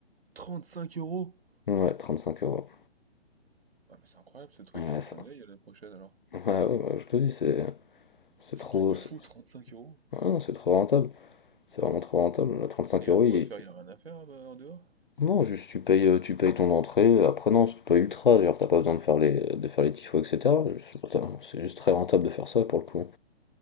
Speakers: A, on the right (about 65°); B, on the left (about 50°).
A: trente cinq euros?
B: Ouais, 35 euros.
A: Ah, mais c'est incroyable ce truc,
B: Ah,
A: il faut
B: Ouais, ça.
A: qu'on y aille à la prochaine alors.
B: Ouais, ouais, ouais, bah, je te dis, c'est c'est
A: C'est
B: trop.
A: un truc de
B: c'est
A: fou, 35 euros.
B: ah non, c'est trop rentable. C'est vraiment trop rentable. Là, 35
A: Il
B: euros,
A: a quoi
B: il-
A: à faire? Il a rien à faire ah bah, en dehors?
B: non, juste tu payes, euh, tu payes ton entrée. Après, non, c'est pas ultra. Genre, t'as pas besoin de faire les, de faire les tifos, etc. Juste- putain, C'est juste très rentable de faire ça pour le coup.